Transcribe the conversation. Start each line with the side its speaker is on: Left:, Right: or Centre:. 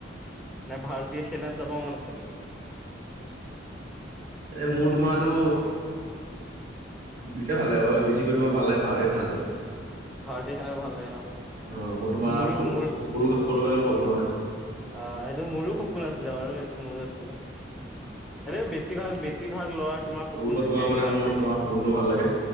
Centre: নাই ভাৰতীয় সেনাত যাব মন আছে নিকি?
Right: এই মোৰ তোমাৰতো দুইটাই ভাল লাগে বাৰু, বেছিকৈ তোমাৰ ভাল লাগে ভাৰতীয় সেনাটো।
Centre: ভাৰতীয় সেনা ভাল লাগে ন?
Right: অ', মোৰ তোমাৰ
Centre: মোৰো
Right: স-সৰু-সৰু
Centre: মোৰ অ
Right: কালৰ সপোন হয়।
Centre: অ', সেইটো মোৰো সপোন আছিলে বাৰু সেইটো মোৰো আছিলে। এইটো বেছিভাগ, বেছিভাগ ল'ৰাৰ তোমাৰ সপোন
Right: সৰুৰ পৰা
Centre: থাকেই
Right: তোমাৰ মানে
Centre: ভাৰতীয়
Right: মোৰ তোমাৰ সপোনটো ভাল লাগে।